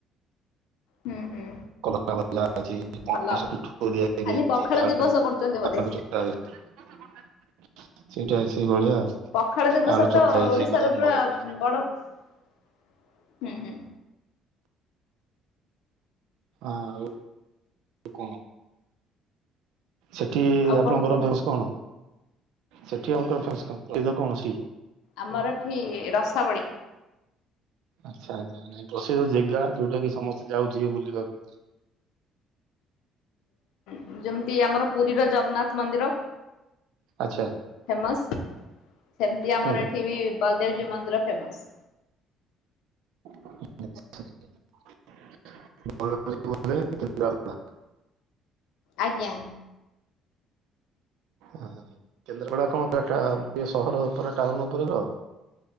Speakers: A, on the left; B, on the right.
A: ହୁଁ ହୁଁ।
B: କଲରା ଭଜା ଅଛି ପଣସ
A: ଭଲ
B: ପିଠୋଉ ଦିଆ ହେଇକି
A: ଆଜି
B: ହେଇଛି
A: ପଖାଳ
B: ଆଉ
A: ଦିବସ କରୁଛନ୍ତି ବୋଧେ?
B: ଆଳୁ ଚକଟା ହେଇଛି। ସେଇଟା ସେଇ ଭଳିଆ ଆଉ।
A: ପଖାଳ ଦିବସ
B: ଆଳୁ ଚକଟା
A: ତ
B: ହେଇଛି
A: ଓଡିଶାର
B: ବାଦାମ
A: ପୁରା
B: ଭଜା ହେଇଛି।
A: ବଡ ହୁଁ ହୁଁ।
B: ଆଉ। ଆଉ କଁ ସେଠି
A: ଆଉ
B: ଆପଣଙ୍କର
A: କଣ କୁହନ୍ତୁ?
B: ଫେମସ କଣ। ସେଠି ଆପଣ ଙ୍କ ର ଫେମସ କଁ ପ୍ରସିଦ୍ଧ କଣ ଅଛି।
A: ଆମର ଏଠି ରସାବଳି।
B: ଆଚ୍ଛା ଆଚ୍ଛା ନାଇଁ ପ୍ରସିଦ୍ଧ ଜେଗା ଯୋଉଟା କି ସମସ୍ତେ ଯାଉ ଥିବେ ବୁଲିବାକୁ।
A: ହୁଁ ଯେମିତି ଆମର ପୁରୀର ଜଗନ୍ନାଥ ମନ୍ଦିର।
B: ଆଚ୍ଛା।
A: ଫେମସ ସେମିତି ଆମର
B: ହୁଁ।
A: ଏଠି ବି ବଲଦେବି ଜୀଉ ମନ୍ଦିର ଫେମସ।
B: <unintelligible> <unintelligible>
A: ଆଜ୍ଞା।
B: ହଁ କେନ୍ଦ୍ରାପଡା କଣ ପୁର ଟା ପୁରା ସହର ଉପରେ ଟାଉନ ଉପରେ ର।